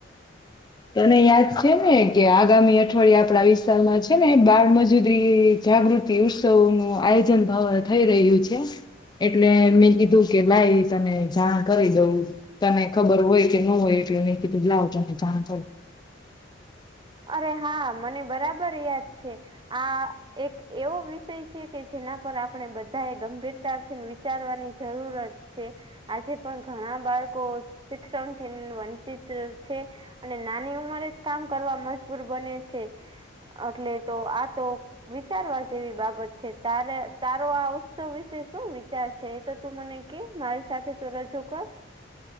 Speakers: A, on the left; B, on the right.
A: તને યાદ છે ને કે આગામી અઠવાડીયે આપણા વિસ્તારમાં છે ને બાળમજૂરી જાગૃત તી ઉત્સવનું આયોજન ભવ થઈ રહ્યું છે. એટલે મેં કીધું કે ભાઈ તને જાણ કરી દઉ. તને ખબર હોય કે ન હોય એટલે મેહી કીધું લાવ તને જાણ કર
B: અરે હા મને બરાબર યાદ છે આ એક એવો વિષય છે કે જેના પર આપણે બધા એ ગંભીરથા થી વિચારવાની જરૂરત છે આજે પણ ઘણા બાળકો શિક્ષણ થી વંચિત છે અને નાની ઉંમરે જ કામ કરવા મજબૂર બને છે એટલે તો આ તો વિચારવા જેવી બાબત છે તારે તારો આ ઉત્સવ વિશે શું વિચાર છે એ તો તું મને કે મારી સાથે તો રજો કર